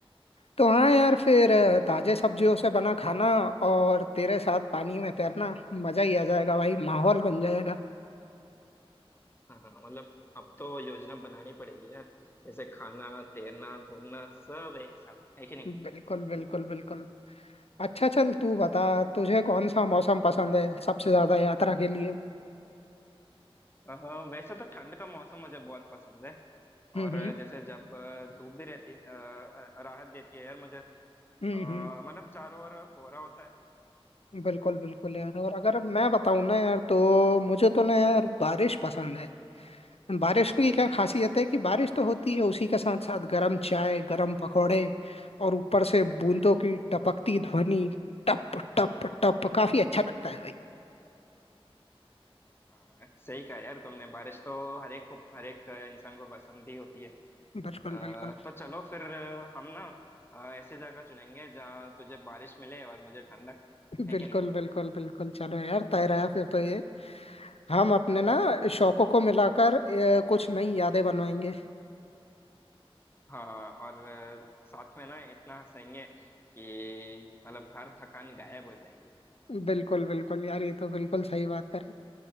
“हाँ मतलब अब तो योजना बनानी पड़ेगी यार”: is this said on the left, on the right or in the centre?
Left